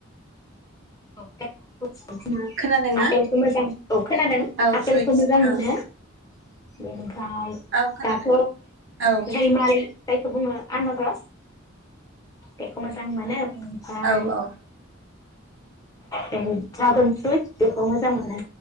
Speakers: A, on the left (about 15°); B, on the right (about 65°).
A: अ <unintelligible> आङो
B: खोनादोंना?
A: आफेलखौ मोजां औ खोनादों
B: औ
A: आफेलखौ
B: फ्रुइटस
A: मोजां मोनो
B: औ
A: । उम दा
B: औ खोनादों
A: दाथ
B: औ
A: रैमालि‌ जायखौ बुङो आनारस, बेखौ मोजां मोनो । ओमफाय
B: औ औ
A: ए ड्रागन फ्रुइटस बेखौ मोजां मोनो